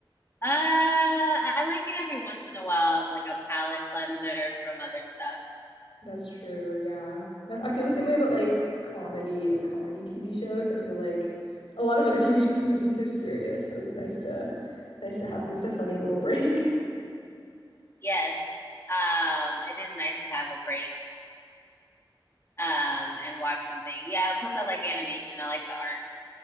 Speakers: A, on the left (about 30°); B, on the left (about 80°).
A: Uh, I like it every once in a while as like a palate cleanser from other stuff.
B: That's true. Yeah. That, I feel the same way about like comedy, like comedy TV shows. I feel like a lot of other TV shows can be so serious, so it's nice to nice to have just a funny little break. <laughs>
A: Yes. Um, it is nice to have a break. Um, and watch something. Yeah. Plus, I like animation. I like the art.